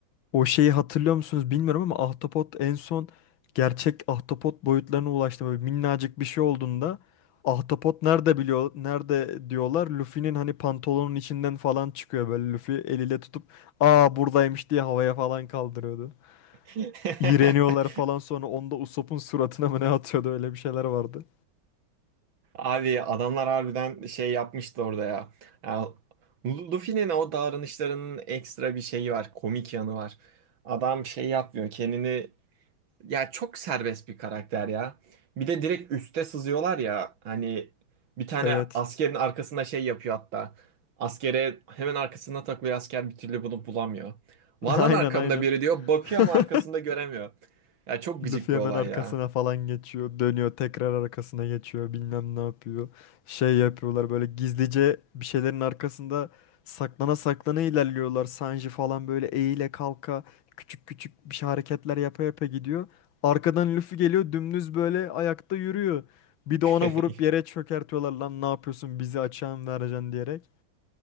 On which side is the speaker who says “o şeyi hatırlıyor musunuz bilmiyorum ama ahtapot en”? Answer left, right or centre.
Left